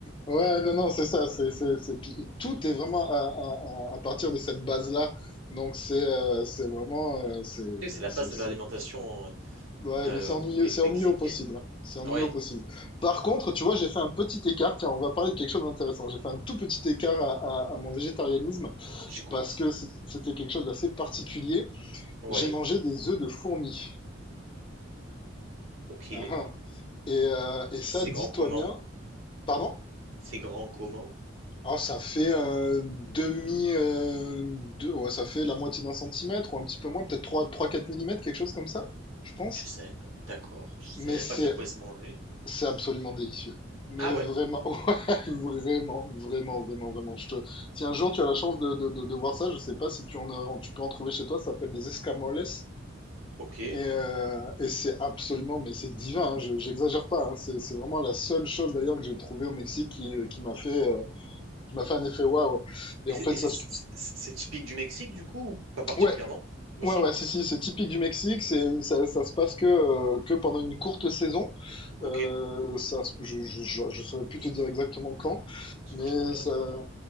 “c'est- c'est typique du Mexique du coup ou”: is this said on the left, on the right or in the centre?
Right